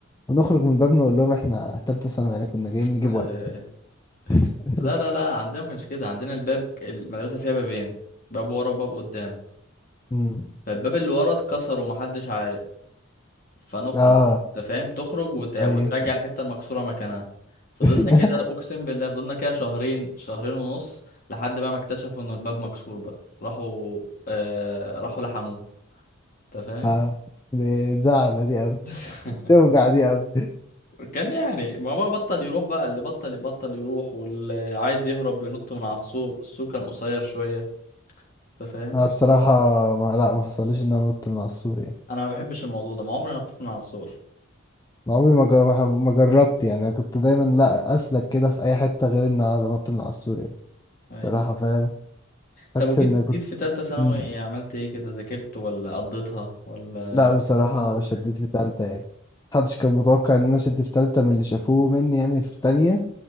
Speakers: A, on the left; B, on the left.
A: ونخرج من الباب نقول لهم احنا تالتة ثانوي يعني كنا جايين نجيب
B: <laughs>
A: ورق <laughs>
B: لا
A: بس
B: لا لا عندنا ما كانش كده عندنا الباب المدرسه فيها بابين باب ورا وباب قدام
A: مم.
B: فالباب اللي ورا اتكسر ومحدش عارف فنخرج
A: اه
B: انت فاهم تخرج وت... وترجع
A: ايوه
B: الحته المكسوره مكانها فضلنا
A: <laughs>
B: كده اقسم بالله فضلنا كده شهرين شهرين ونص لحد بقى ما اكتشفوا ان الباب مكسور بقى راحوا آه... راحوا لحموه انت فاهم
A: اه دي زعلة دي أوي
B: <laughs>
A: توجع دي أوي
B: كان يعني ما بقى بطل يروح بقى اللي بطل بطل يروح واللي عايز يهرب بينط من على السور السور كان قصير شوية انت فاهم
A: أنا بصراحة ما لا ما حصليش إن أنا نط من على السور يعني
B: انا ما بحبش الموضوع ده ما عمري ما نطيت من على السور
A: أنا عمري ما جر- ما ح- ما جربت يعني أنا كنت دايما لا أسلك كده في أي حتة غير إن أقعد أنط من على السور يعني
B: ايوه
A: بصراحة فاهم حاسس
B: طب وجيت
A: إن كنت
B: جيت في تالتة ثانوي
A: مم.
B: عملت ايه كده ذاكرت ولا قضيتها ولا
A: لا بصراحة
B: كانت عامله ازاي
A: شديت في تالتة يعني محدش كان متوقع إن أنا شديت في تالتة من اللي شافوه مني يعني في تانية